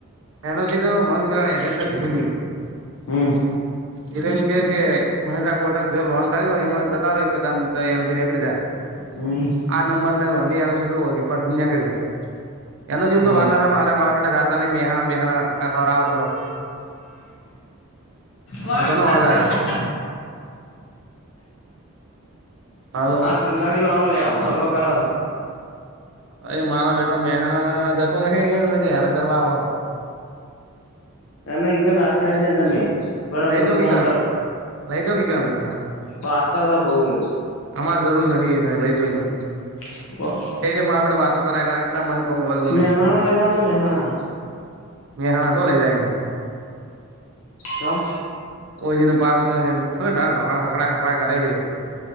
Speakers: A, on the right; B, on the left.
A: એન ઓછી તો મ હજ નથી કેી તું
B: હમ
A: એટલે એમ કે કે મહેન્દ્ર કોટક જે લોંગ કર્યું એ જતા રહો એકદમ ત નીકળી જાય
B: હમ
A: આ નંબર ન લોહી છે શું ફડ ને કડી જાય એના <unintelligible> શ
B: હવ
A: તો વાર ના મારા મારા બેા જતા નહી મેહણા બેહણા ધક્કા ખવરા પેલો <inaudible>
B: વા
A: આ સનો
B: <unintelligible>
A: અવાજ આવ્યો હાલો
B: હ સંંદાડીવાળો લ્યાવો હોલ વગાડી
A: અ મારા બેટો મેહણા જતો નહિ હેરાન કરવા આવ
B: એના એકઇકન્ આખતા જ નને તમે બરાબર
A: લઈજો
B: નું
A: કે
B: કોમ
A: કણ લઈજો કે કપ ની ના
B: બાતાલ હ બઉુ એ્યો
A: અમાર જરૂર નહિ એને લઈ જવો ઈને
B: રહ્યો
A: બ <unintelligible> મા બેડ વાતો <unintelligible> કર કર કર આને કોણ કર
B: મેહાણા
A: નહી
B: લઈ જવાના મેહાણા
A: મેહાણા શું લઈ જાયના
B: કમ
A: ઓઈ જને <unintelligible> પારઢકણ ખખડા ખખડા કરેજો